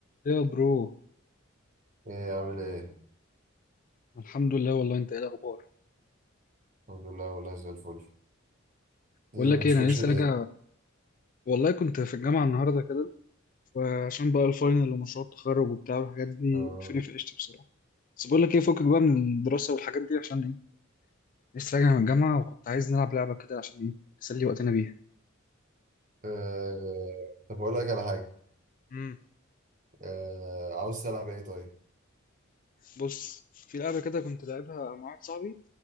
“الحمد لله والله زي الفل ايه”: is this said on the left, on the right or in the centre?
Right